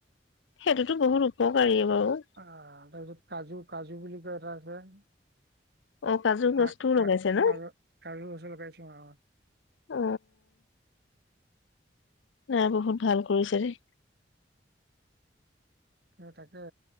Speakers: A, on the left (about 85°); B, on the right (about 60°).
A: সেইটোতো বহুত উপকাৰীয়ে বাৰু।
B: অ' তাৰপিছত কাজু কাজু বুলি কয় এটা আছে। <unintelligible>
A: অ কাজু গছটোও লগাইছে ন অ এইয়া বহুত ভাল কৰিছে দেই।
B: সেই তাকে!